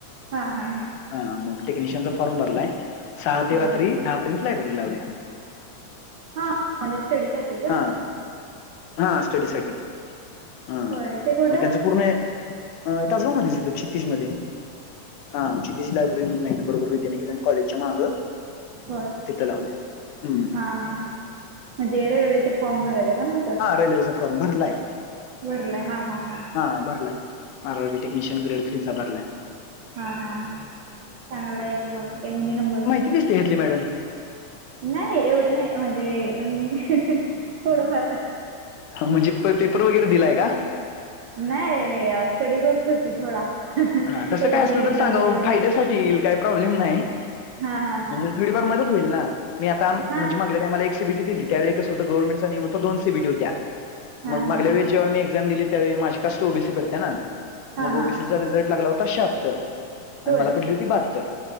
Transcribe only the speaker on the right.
हां हां हां
हा
हा
हा म्हणजे स्टडी साठी का
होय ते कुठं
होय
हा, हा म्हणजे रेल्वेचा फॉर्म भरायचं काय म्ह
भरलाय हा, हा, हा
हां हां हां चांगला आहे की मग येऊंदे नंबर
नाही एवढं नाही म्हणजे थोडंफार
नाही स्टडी करत होती थोडा
एक
दोन
एक्झाम
दिल्यानंतर
हा हा हा
हा
हा
हा
हा
हा
हा
होय